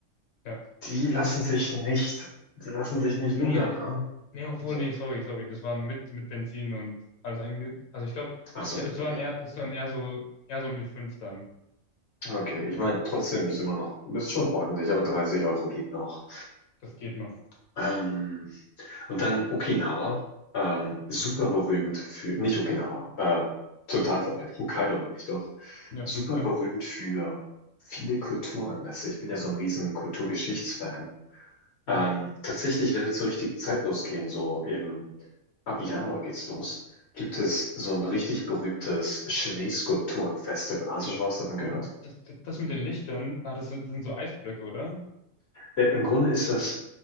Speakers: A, on the left (about 75°); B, on the left (about 55°).
A: ja.
B: die lassen sich nicht, die lassen sich nicht ludern,
A: Nee, obwohl,
B: ha?
A: nee, obwohl,
B: Wahnsinn.
A: nee, sorry, sorry, das waren mit, mit Benzin und alles einge, also ich glaube,
B: Ach so,
A: es
B: okay.
A: waren eher, es waren eher so, eher so um die fünf dann.
B: Okay, ich meine,
A: Genau,
B: trotzdem sind wir noch, ist schon ordentlich, aber 30 Euro geht noch.
A: das geht noch.
B: Ähm, und dann Okinawa, ähm, super berühmt für, nicht Okinawa, äh, total verbreitet, Hokkaido meine ich doch,
A: Ja,
B: super
A: ja,
B: berühmt für viele Kulturanlässe. Ich bin ja so ein riesen Kulturgeschichtsfan.
A: ja.
B: Ähm, tatsächlich, wenn wir zur richtigen Zeit losgehen, so im, ab Januar geht's los, gibt es so ein richtig berühmtes Schneeskulpturenfestival. Hast du schon mal was davon gehört?
A: Oh, das, das, das mit den Lichtern, ah, das, sind- das sind so Eisblöcke, oder?
B: Äh, Im Grunde ist das